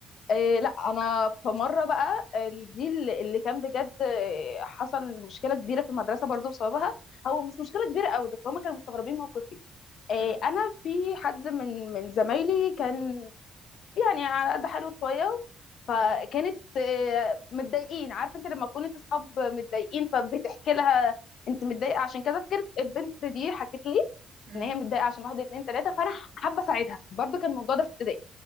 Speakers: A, on the left (about 65°); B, on the right (about 65°).
A: إيه لا انا في مره بقى آه، دي اللي اللي كان بجد آه، حصل مشكله كبيره في المدرسه برضو بسببها هو مش مشكله كبيره قوي بس هم كانوا مستغربين موقفي إيه
B: اه
A: انا في حد من من زمايلي كان يعني على قد حاله شويه فكانت
B: اه
A: آه، متضايقين عارف انت لما تكون انت اصحاب متضايقين فبتحكي لها انت متضايقه عشان كذا فكرت البنت دي حكت لي
B: أم،
A: ان هي متضايقه عشان واحد اتنين تلاته فانا حابه اساعدها برضو كان الموضوع ده في ابتدائي